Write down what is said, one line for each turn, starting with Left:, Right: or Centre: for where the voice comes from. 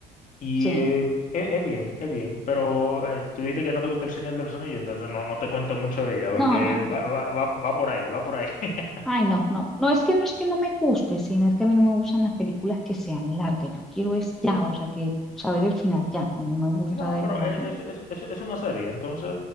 Left: Y
Centre: Sí.
Left: eh, es, es bien, es bien, pero eh, tú dijiste que no te gusta El Señor de los Anillos, entonces no, no te cuento mucho de ella, porque
Centre: No, no,
Left: va,
Centre: no.
Left: va, va, va por ahí, va por ahí. <laughs>
Centre: Ay, no, no. No es que no es que no me guste, sino es que a mí no me gustan las películas que sean largas. Yo quiero es ya, o sea, que saber el final ya. A mí no me gusta
Left: No,
Centre: demorarme.
Left: pero e- es, es, es, es una serie, entonces